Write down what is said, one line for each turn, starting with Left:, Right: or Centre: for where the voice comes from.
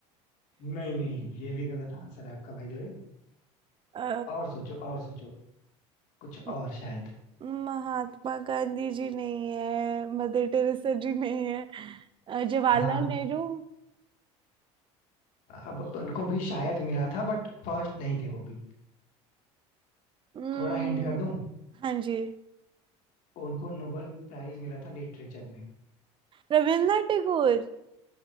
Left: नहीं नहीं ये भी गलत आंसर है आपका भाई द वे
Right: अ,
Left: और सोचो और सोचो कुछ और
Right: म-
Left: शायद
Right: महात्मा गांधी जी नहीं है मदर टेरेसा जी नहीं है अ, जवाहरलाल
Left: हाँ
Right: नेहरू
Left: अब उनको भी शायद मिला था बट फर्स्ट नहीं थे वो भी
Right: हम्म,
Left: थोड़ा हिंट कर दूं
Right: हाँ जी
Left: उनको नोबेल प्राइज मिला था लिटरेचर में
Right: रविन्द्रनाथ टैगोर